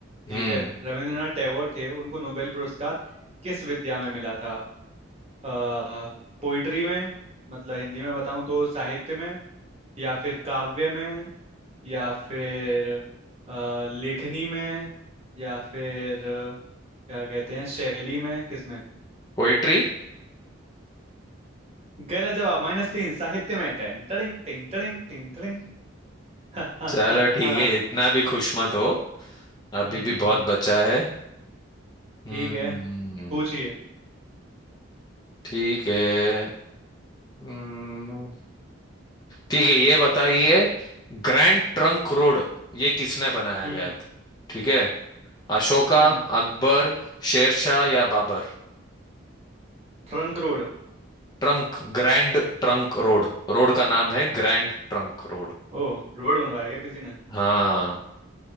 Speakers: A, on the right; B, on the left.
A: ठीक
B: हम्म
A: है रविंद्रनाथ टैगोर थे उनको नोबेल पुरस्कार किस विद्या में मिला था आ, पोइट्री में मतलब हिंदी में बताऊं तो साहित्य में या फिर काव्य में या फिर अ, लेखनी में या फिर अ, क्या कहते हैं शैली में किसमें
B: पोइट्री
A: गलत जवाब माइनस तीन साहित्य में टेन टड़िंग टिंग टड़िंग टिंग टड़िंग <laughs>
B: चलो ठीक है इतना भी खुश मत हो अभी
A: हम्म
B: भी बहुत बचा है हम्म
A: ठीक है पूछिए
B: ठीक है हम्म ठीक है ये बताइए ग्रैंड ट्रंक रोड ये किसने बनाया
A: हम्म
B: गया था ठीक है अशोका
A: हम्म
B: अकबर शेरशाह या Babur
A: Trunk road
B: Trunk grand trunk road Road का नाम है ग्रैंड ट्रंक रोड
A: ओ रोड बनवाया क्या किसी ने
B: हाँ